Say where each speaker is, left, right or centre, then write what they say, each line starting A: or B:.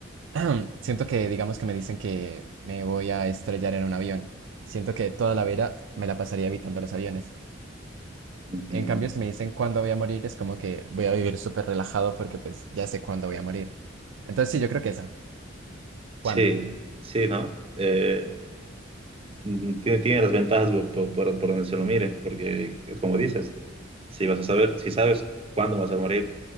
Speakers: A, on the right; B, on the right.
A: <clears throat> siento que digamos que me dicen que me voy a estrellar en un avión. Siento que toda la vida me la pasaría evitando los aviones.
B: Mm,
A: En cambio, si me dicen cuándo voy a morir, es como que voy a vivir súper relajado porque pues ya sé cuándo voy a morir. Entonces sí, yo creo que esa. ¿Cuándo?
B: Sí, sí, ¿no? Eh, Mm, Tiene, tiene las ventajas por, por- por- por donde se lo mire, porque es como dices, si vas a saber, si sabes cuándo vas a morir,